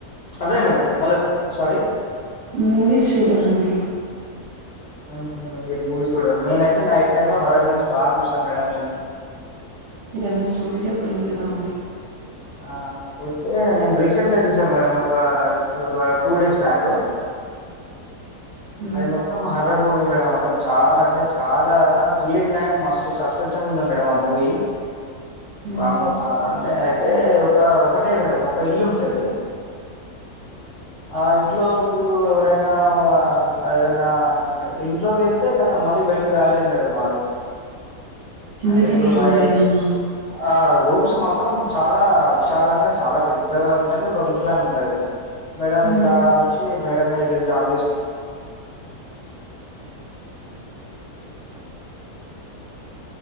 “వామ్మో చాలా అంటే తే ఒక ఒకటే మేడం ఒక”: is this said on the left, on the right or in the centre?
Left